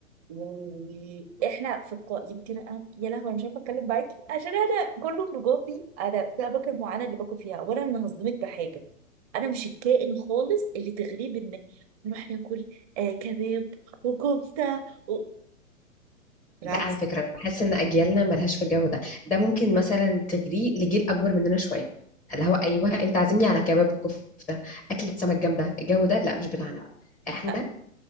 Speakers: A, on the right; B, in the centre.
A: واحنا في القاء يمكن أنا... يا لهوي انا مش عارفه اتكلم معاكي عشان انا كل خروجاتي انا في اماكن معينه اللي باكل فيها وانا انا هصدمك بحاجه انا مش الكائن خالص اللي تغريب ان نروح ناكل آه كباب وكفته و... بالعكس
B: لا على فكرة أنا بحس إن أجيالنا ملهاش في الجو ده ده ممكن مثلا تجري لجيل أكبر مننا شوية اللي هو أيوه أنت عازمني على كباب كفتة أكلة سمك جامدة الجو ده لا مش بتاعنا بقى إحنا
A: آه،